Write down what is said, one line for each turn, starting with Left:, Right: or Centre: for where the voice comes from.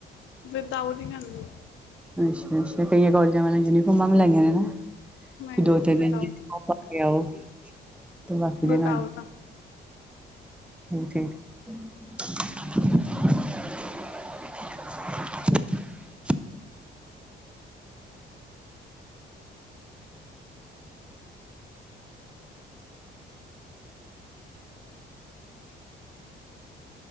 Left: ਵਿਦਆਊਟ ਈ ਜਾਂਣੀ ਆ।
Centre: ਅੱਛਾ-ਅੱਛਾ। ਕਈਆਂ ਕਾਲਜਾਂ ਵਾਲਿਆਂ ਨੇ ਯੂਨੀਫੋਮਾਂ ਵੀ ਲਈਆਂ ਨੇ ਨਾ
Left: ਮੈਂ
Centre: ਕਿ
Left: ਲੈਂਦੀ
Centre: ਦੋ-ਤਿੰਨ
Left: ਵਿਦਊਟ
Centre: ਦਿਨ ਯੂਨੀਫਾਮ ਪਾ ਕੇ ਆਓ ਤੇ ਬਾਕੀ ਦਿਨ
Left: ਵਿਦਊਟ ਆ
Centre: <unintelligible> <unintelligible>